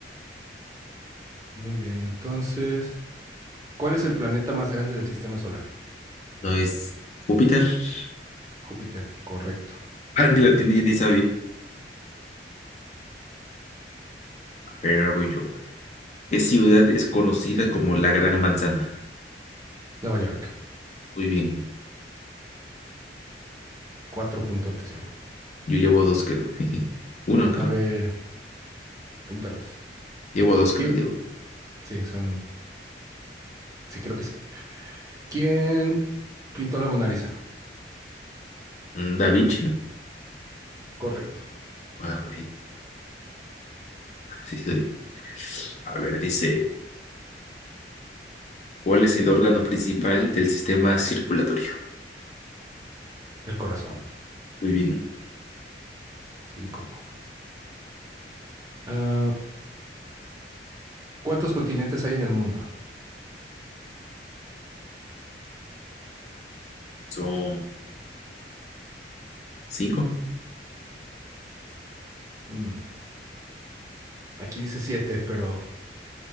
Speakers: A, on the right (about 20°); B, on the left (about 40°).
A: Muy bien, entonces, ¿cuál es el planeta más grande del sistema solar?
B: ¿No es Júpiter? <laughs>
A: Júpiter, correcto.
B: Ah, ni la tiene, ya ni sabía. Pero ahora voy yo. ¿Qué ciudad es conocida como la Gran Manzana?
A: Nueva York,
B: Muy bien.
A: cuatro puntotes llevo. <laughs>
B: Yo llevo dos, creo. <laughs> Uno, creo.
A: A ver, apúntalos.
B: Llevo dos, creo.
A: ¿Quién?
B: Llevo.
A: Sí, son, sí, creo que sí. ¿Quién pintó la Mona Lisa?
B: Mm, Da Vinci, ¿no?
A: Correcto.
B: Ah, muy bien. Sí, sí, doy. A ver, dice, ¿cuál es el órgano principal del sistema circulatorio?
A: El corazón,
B: Muy bien,
A: cinco. Ah, ¿cuántos continentes hay en el mundo?
B: son cinco.
A: Mm, aquí dice siete, pero